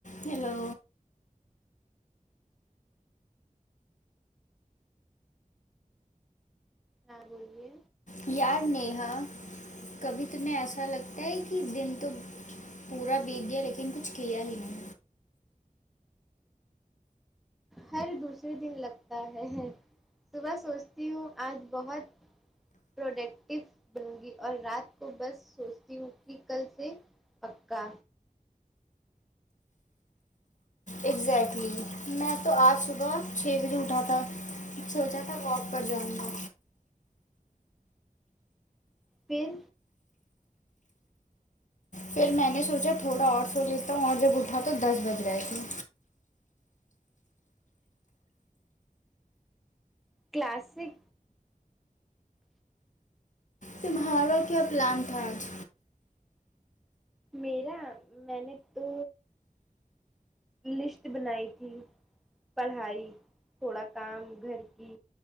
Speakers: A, on the left; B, in the centre.
A: hello
B: ہاں بولیے
A: یار نیہا کبھی تمہیں ایسا لگتا ہے کہ دن تو پورا بیت گیا لیکن کچھ کیا ہی نہیں
B: ہر دوسرے دن لگتا ہے صبح سوچتی ہوں آج بہت پروڈکٹیو بنو گی اور رات کو بس سوچتی ہوں کہ کل سے پکا
A: ایزیکٹلی میں تو آج صبح چھ بجے اٹھا تھا سوچا تھا واک پر جاؤں گا
B: پھر
A: پھر میں نے سوچا تھوڑا اور سو لیتا ہوں اور جب اٹھا تو دس بج رہے تھے
B: کلاسک
A: تمہارا کیا پلان تھا آج
B: میرا میں نے تو لسٹ بنائی تھی پڑھائی تھوڑا کام گھر کی